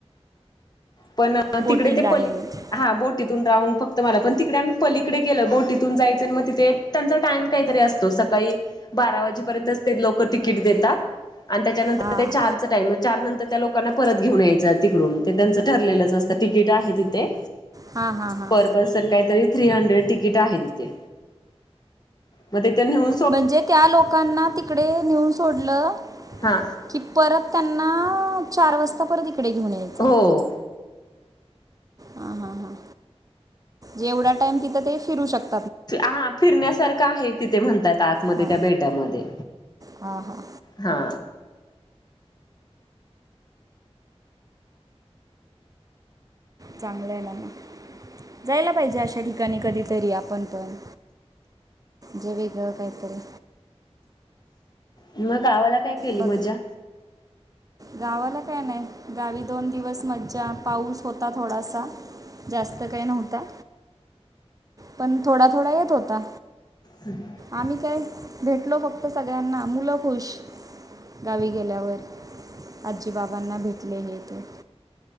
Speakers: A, on the left; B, on the right.
A: पण
B: बोटिंग
A: तिकडे ते
B: आहे
A: पली
B: म्हणजे
A: हा बोटीतून राऊंड फक्त मारला पण तिकडे आम्ही पलीकडे गेलो बोटीत इथून जायचं म तिथे त्यांचा टाइम काहीतरी असतो सकाळी बारा वाजेपर्यंत ते लोक तिकीट देतात आणि त्याच्यानंतर
B: हां
A: ते चार च टाइम चार नंतर त्या लोकांना परत घेऊन यायचं तिकडून ते त्यांचं ठरलेलंच असतं तिकीट आहे तिथे
B: हा, हा, हां
A: पर पर्सन काहीतरी थ्री हंड्रेड तिकीट आहे तिथे म तिथं निहू
B: म्हणजे त्या लोकांना तिकडे नेऊन सोडलं
A: हा
B: कि परत त्यांना आ चार वाजता परत इकडे घेऊन यायचं
A: हो
B: हां हां हां जेवढा टाइम तिथं ते फिरू शक
A: हा फिरण्यासारखं आहे तिथे म्हणतात आतमध्ये
B: हां
A: त्या बेटामध्ये
B: हां हां
A: हा
B: चांगलं आहे ना म जायला पाहिजे अशा ठिकाणी कधीतरी आपण पण जे वेगळ कायतरी
A: म गावाला काय केली
B: बघ
A: मज्जा?
B: गावाला काय नाही गावी दोन दिवस मज्जा पाऊस होता थोडासा जास्त काय नव्हता पण थोडा, थोडा येत होता
A: हम्
B: आम्ही काय भेटलो फक्त सगळ्यांना मुलं खुश गावी गेल्यावर आजी, बाबांना भेटले हे ते